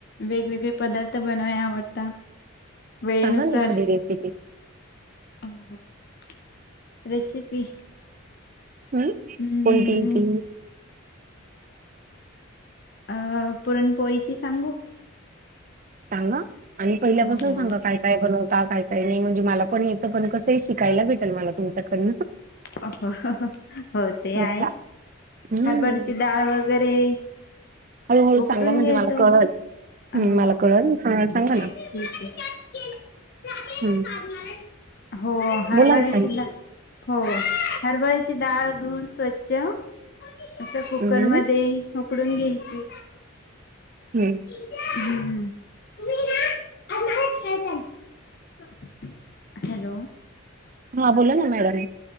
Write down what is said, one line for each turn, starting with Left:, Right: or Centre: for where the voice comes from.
Left: वेगवेगळे पदार्थ बनवाय आवडता वेळ
Right: सांगा
Left: नुसार
Right: ना एखादी रेसिपी
Left: <unintelligible> रेसिपी
Right: हम्
Left: हम्म
Right: कोणती ती
Left: अ पुरणपोळीची सांगू
Right: सांगा आणि पहिल्यापासून
Left: हो हो
Right: सांगा काय काय बनवता काय काय नाही म्हणजे मला पण येतं पण कस <unintelligible> शिकायला भेटल मला तुमच्याकडे
Left: <inaudible> ते
Right: अच्छा.
Left: आहे
Right: हम्म
Left: हरभऱ्याची डाळ वगैरे
Right: हळूहळू
Left: उकडून
Right: सांगा म्हणजे
Left: घेतो
Right: मला कळल हम्म
Left: हो
Right: मला कळल हा
Left: <unintelligible>
Right: सांगा ना
Left: <unintelligible>
Right: हम्म
Left: हो हरभऱ्यांची
Right: बोला ना ताई
Left: डा हो हरभरीची डाळ धुऊन स्वच्छ अस कुकरमध्ये
Right: हम्म
Left: उकडून घ्यायची
Right: हम्म
Left: टिचर हम्म मी ना <unintelligible> शाळेत आण हॅलो
Right: हा बोला ना मॅडम